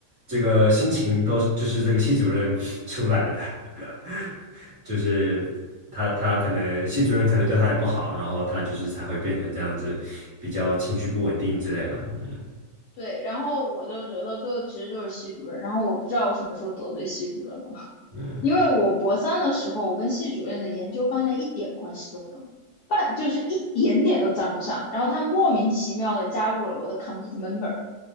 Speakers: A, on the right; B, on the left.
A: 这个心情都就是这个系主任 <laughs> 出来的，<laughs> 就是他他可能系主任可能对他也不好，然后他就是才会变成这样子，比较情绪不稳定之类的。嗯
B: <laughs> 对，然后我就觉得最后其实就是系主任，然后我不知道我什么时候得罪系主任了。
A: 嗯
B: 因为我博三的时候，我跟系主任的研究方向一点关系都没有，半就是一点点都沾不上。然后他莫名其妙的加入了我的 commit member，